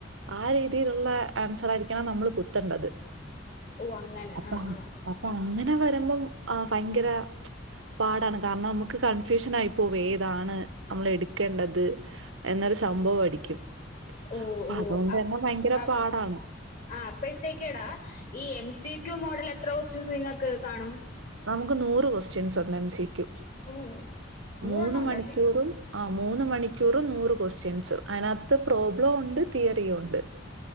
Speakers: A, on the right; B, on the left.
A: ആ രീതിയിലുള്ള ആൻസർ ആയിരിക്കണം നമ്മള് കുത്തണ്ടത്
B: ഓഹ് അങ്ങനെ
A: അപ്പ
B: ആഹ് ആഹ്
A: അപ്പാ അങ്ങനെ വരുമ്പം ആ ഭയങ്കര പാടാണ് കാരണം നമുക്ക് കൺഫ്യൂഷൻ ആയി പോകുവേ ഏതാണ് നമ്മൾ എടുക്കേണ്ടത് എന്നൊരു സംഭവം അടിക്കും
B: ഓഹ്
A: അപ്പ
B: ഓഹ്
A: അതുകൊണ്ട്
B: അപ്
A: തന്നെ ഭയങ്കര
B: അപ്
A: പാടാണ്
B: ആഹ് അപ്പോഴത്തേക്കേടാ ഈ എം സി ക്യു മോഡൽ എത്ര ക്വസ്റ്റ്യൻസ് നിങ്ങൾക്ക് കാണും
A: നമുക്ക് നൂറ് ക്വസ്റ്റ്യൻസ് ഒണ്ട് എംസിക്യു
B: ഓഹ് നൂറെണ്ണം
A: മൂന്ന്
B: ഉണ്ടല്ലേ
A: മണിക്കൂറും ആ മൂന്ന് മണിക്കൂറ് നൂറ് ക്വസ്റ്റ്യൻസ് അതിനകത്ത് പ്രോബ്ലം ഉണ്ട് തിയറിയും ഉണ്ട്